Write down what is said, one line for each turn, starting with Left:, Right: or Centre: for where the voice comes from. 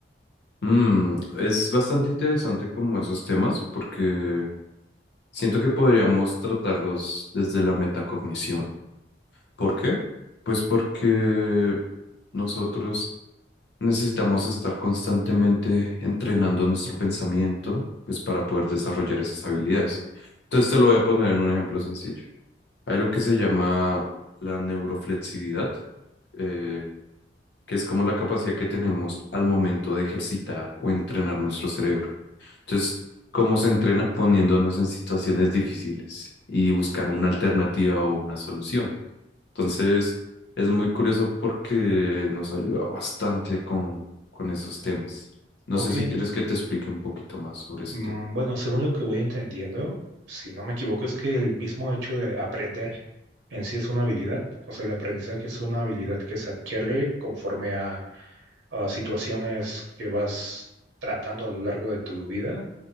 Left: Mm, es bastante interesante como esos temas porque siento que podríamos tratarlos desde la metacognición. ¿Por qué? Pues porque nosotros necesitamos estar constantemente entrenando nuestro pensamiento, pues para poder desarrollar esas habilidades. Entonces te lo voy a poner en un ejemplo sencillo. Hay algo que se llama la neuroflexibilidad, eh, que es como la capacidad que tenemos al momento de ejercitar o entrenar nuestro cerebro. Entonces, ¿cómo se entrena? Poniéndonos en situaciones difíciles y buscar una alternativa o una solución. Entonces, es muy curioso porque nos ayuda bastante con, con esos temas. No
Right: Ok.
Left: sé si quieres que te explique un poquito más sobre ese
Right: Mm,
Left: tema.
Right: Bueno, según lo que voy entendiendo, si no me equivoco, es que el mismo hecho de aprender en sí es una habilidad. O sea, el aprendizaje es una habilidad que se adquiere conforme a, a situaciones que vas tratando a lo largo de tu vida.